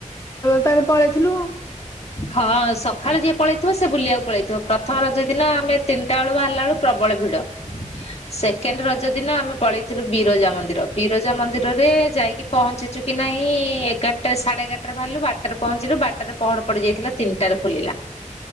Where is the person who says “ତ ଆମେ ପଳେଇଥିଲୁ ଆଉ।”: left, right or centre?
Left